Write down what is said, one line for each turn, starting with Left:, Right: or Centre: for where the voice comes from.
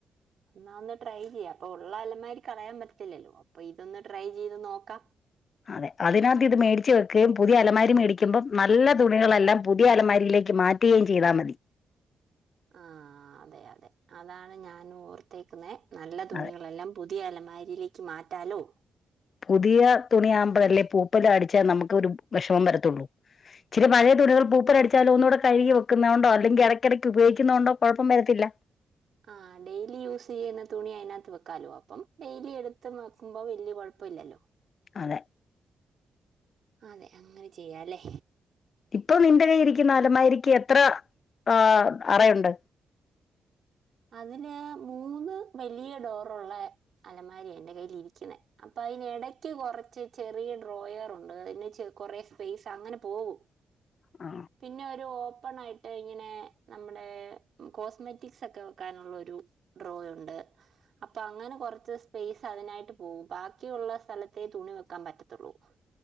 Right: എന്നാ ഒന്ന് ട്രൈ ചെയ്യ അപ്പൊ ഉള്ള അലമാരക്കളയാൻ പറ്റത്തില്ലല്ലോ അപ്പൊ ഇതൊന്ന് ട്രൈ ചെയ്ത് നോക്കാം
Left: അതെ അതിനകത്ത് ഇത് മേടിച്ചു വെക്കുകയും പുതിയ അലമാര മേടിക്കുമ്പോം നല്ല തുണികളെല്ലാം പുതിയ അലമാരിയിലേക്ക് മാറ്റി ക്ലീൻ ചെയ്താൽ മതി
Right: ആ അതെ അതെ അതാണ് ഞാൻ ഓർത്തേക്കുന്നെ നല്ല തുണികളെല്ലാം
Left: അതെ
Right: പുതിയ അലമാരിയിലേക്ക് മാറ്റാലോ
Left: പുതിയ തുണിയാകുമ്പോഴ അല്ലേ പൂപ്പൽടിച്ചാൽ നമുക്ക് ഒരു വിഷമം വരത്തുള്ളൂ ചില
Right: അതെ
Left: പഴയ തുണികൾ പൂപ്പൽ അടിച്ചാലു ഒന്നുകൂടെ കഴുകി വെക്കുന്നണ്ടോ അല്ലെങ്കിൽ ഇടക്കിടയ്ക്ക് ഉപയോഗിക്കുന്നുകണ്ടോ കുഴപ്പം വരത്തില്ല
Right: ആഹ ഡെയിലി യൂസ് ചെയ്യുന്ന തുണി അതിനകത്ത് വക്കാലോ അപ്പം ഡെയിലി എടുത്ത് വെക്കുമ്പോ വലിയ കുഴപ്പ ഇല്ലല്ലോ <inaudible>
Left: അതെ
Right: അതെ അങ്ങനെ ചെയ്യാല്ലേ
Left: ഇപ്പൊ നിന്റെ കയ്ലിരിക്കുന്ന അലമാരിക്ക് എത്ര ആ അറയുണ്ട്
Right: അതിന് മൂന്ന് വലിയ ഡോറുള്ള അലമാരി എൻ്റെ കൈയിൽ ഇരിക്കുന്നെ അപ്പൊ അയീനെടക്ക് കുറച്ച് ചെറിയ ഡ്രോയർണ്ട് അതിന് കൊറേ സ്പേസ് അങ്ങനെ പോകും
Left: ആ
Right: പിന്നെ ഒരു ഓപ്പൺ ആയിട്ട് ഇങ്ങനെ നമ്മുടെ കോസ്മെറ്റിക്സ് ഒക്കെ വെക്കാനുള്ള ഒരു ഡ്രോ ഉണ്ട് അപ്പൊ അങ്ങനെ കുറച്ച് സ്പേസ് അതിനായിട്ട് പോവും ബാക്കിയുള്ള സ്ഥലത്തേ തുണി വെക്കാൻ പറ്റത്തുള്ളൂ <inaudible>